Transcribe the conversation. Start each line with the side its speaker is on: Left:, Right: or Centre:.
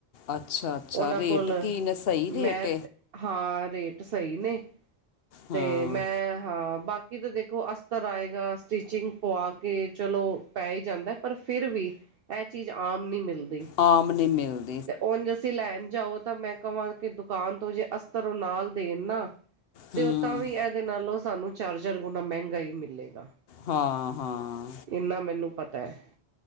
Left: ਅੱਛਾ-ਅੱਛਾ,
Right: ਉਹਨਾਂ
Left: ਰੇਟ
Right: ਕੋਲ
Left: ਕੀ ਨੇ ਸਹੀ ਰੇਟ
Right: ਮੈਂ ਹਾਂ ਰੇਟ ਸਹੀ ਨੇ,
Left: ਹਾਂ
Right: ਤੇ ਮੈਂ ਹਾਂ ਬਾਕੀ। ਕਿਤੇ ਦੇਖੋ ਅਸਤਰ ਆਏਗਾ, ਸਟੀਚਿੰਗ ਪਵਾ ਕੇ ਚਲੋ। ਪੈ ਹੀ ਜਾਂਦਾ, ਪਰ ਫਿਰ ਵੀ ਇਹ ਚੀਜ਼ ਆਮ ਨਹੀਂ ਮਿਲਦੀ।
Left: ਆਮ ਨੀ ਮਿਲਦੇ।
Right: ਤੇ ਉਝ ਅਸੀਂ ਲੈਣ ਜਾਓ, ਤਾਂ ਮੈਂ ਕਹਾਂ ਕਿ ਦੁਕਾਨ ਤੋਂ ਜੇ ਅਸਤਰ ਉਹ ਨਾਲ ਦੇਣ ਨਾ ਤੇ
Left: ਹੂੰ
Right: ਉਹ ਤਾਂ ਵੀ ਇਹਦੇ, ਨਾਲੋਂ ਸਾਨੂੰ ਚਾਰਜਰ ਗੁਣਾ ਮਹਿੰਗਾ ਹੀ ਮਿਲੇਗਾ।
Left: ਹਾਂ-ਹਾਂ,
Right: ਇੰਨਾ ਮੈਨੂੰ ਪਤਾ ਹੈ,